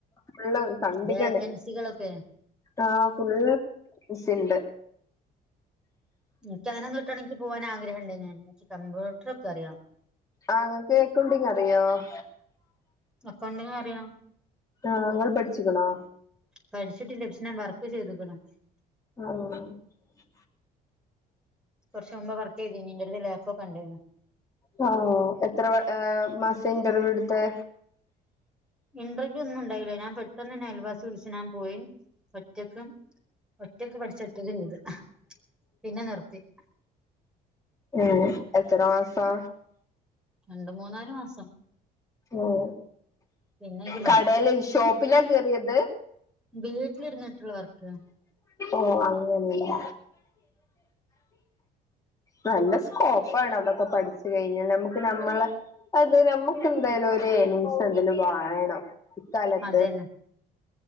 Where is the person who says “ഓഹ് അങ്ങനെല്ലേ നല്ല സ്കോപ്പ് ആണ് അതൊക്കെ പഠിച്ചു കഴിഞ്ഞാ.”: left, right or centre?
Left